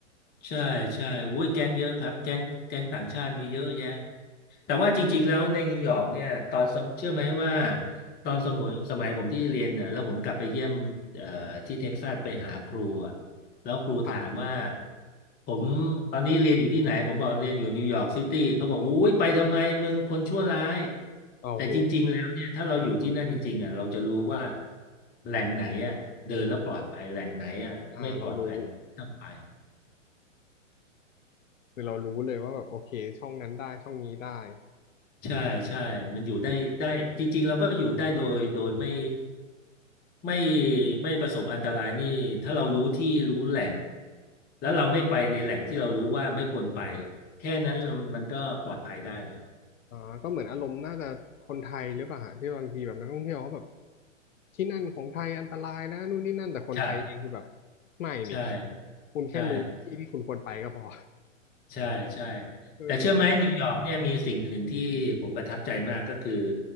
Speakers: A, on the left; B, on the left.
A: ใช่ใช่อุ้ยแก๊งเยอะครับแก๊งแก๊งต่างชาติมีเยอะแยะ แต่ว่าจริงๆแล้วในนิวยอร์กเนี่ยตอนสมเชื่อไหมว่าตอนสมัยสมัยผมที่เรียนน่ะแล้วผมกลับไปเยี่ยมเอ่อที่เท็กซัสไปหาครูอะแล้วครูถามว่า
B: ครับ
A: ผมตอนนี้เรียนอยู่ที่ไหนผมบอกเรียนอยู่นิวยอร์กซิตี้เขาบอกอุ้ยไปทำไมเมืองคนชั่วร้าย
B: โอ้โห
A: แต่จริงๆแล้วเนี่ยถ้าเราอยู่ที่นั่นจริงๆอ่ะเราจะรู้ว่าแหล่งไหนอ่ะเดินแล้วปลอดภัยแหล่งไหนอ่ะไม่ปลอดภัยต้องไป
B: อ่าเรารู้คือเรารู้เลยว่าแบบโอเคช่องนั้นได้ช่องนี้ได้
A: ใช่ใช่มันอยู่ได้ได้จริงๆเราก็อยู่ได้โดยโดยไม่ไม่ไม่ประสบอันตรายนี่ถ้าเรารู้ที่รู้แหล่งแล้วเราไม่ไปในแหล่งที่เรารู้ว่าไม่ควรไปแค่นั้นมันก็ปลอดภัยได้แล้ว
B: อ่าก็เหมือนอารมณ์น่าจะคนไทยหรือเปล่าฮะที่บางทีแบบนักท่องเที่ยวเขาแบบที่นั่นของไทยอันตรายนะนู่นนี่นั่นแต่คนไทยเองคือแบบ
A: ใช่
B: ไม่นี่
A: ใช่
B: คุณแค่รู้ที่ที่คุณควรไปก็พอ
A: ใช่ใช่ใช่
B: เออ
A: แต่เชื่อไหมนิวยอร์กเนี่ยมีสิ่งหนึ่งที่ผมประทับใจมากก็คือ